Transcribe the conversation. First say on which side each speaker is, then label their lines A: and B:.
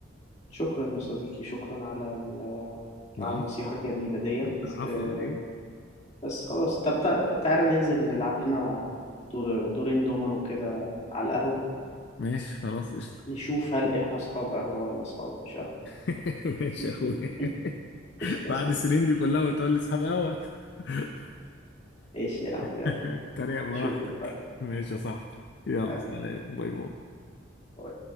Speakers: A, on the left (about 35°); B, on the left (about 55°).
A: شكرا يا صديقي شكرا على ال...
B: العفو
A: على النصيحة الجميلة ديت
B: العفو
A: آه،
B: على ايه
A: بس خلاص طب تع- تعالى ننزل نلعب لنا دور دورين دومينو كده على القهوة
B: ماشي خلاص قشطة
A: نشوف هل احنا اصحاب قهوة ولا اصحاب مش قهوة
B: <laughs> ماشي
A: <laughs>
B: يا اخويا
A: قشطة
B: <laughs>
A: يا
B: بعد
A: صديقي
B: السنين دي
A: قشطة.
B: كلها وتقول لي اصحاب قهوة <laughs>
A: ايش يا عم
B: <laughs>
A: يلا
B: تريق براحتك
A: اشوفك بقى
B: ماشي يا صاحبي يلا
A: حبيبي
B: سلام باي باي
A: باي.